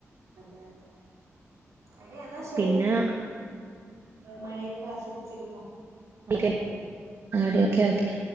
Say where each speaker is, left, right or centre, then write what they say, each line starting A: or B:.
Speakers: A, on the right; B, on the right.
A: അതെ അതെ എടീ എന്നാ ശരി
B: പിന്നെ
A: മഴയൊക്കെ ആസ്വദിച്ചിരുന്നോ
B: <unintelligible> ആടി ഒക്കെ ഓക്കെ